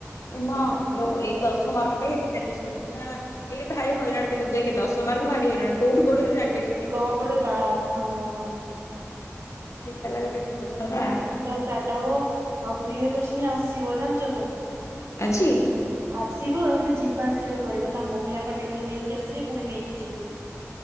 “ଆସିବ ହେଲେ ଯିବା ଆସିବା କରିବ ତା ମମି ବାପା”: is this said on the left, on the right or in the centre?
Right